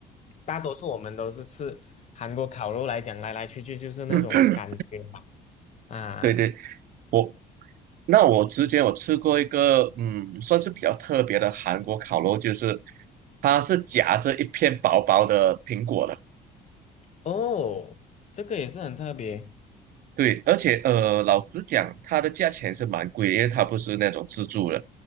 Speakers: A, on the left; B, on the right.
A: 大多数我们都是吃韩国烤肉来讲，来来去去就是那种感觉嘛。
B: 嗯哼，
A: 啊，
B: <clears throat> 对对，我那我之前我吃过一个，嗯，算是比较特别的韩国烤肉，就是它是夹着一片薄薄的苹果的。
A: 哦，这个也是很特别，
B: 对，而且呃，老实讲，它的价钱是蛮贵的因为它不是那种自助的，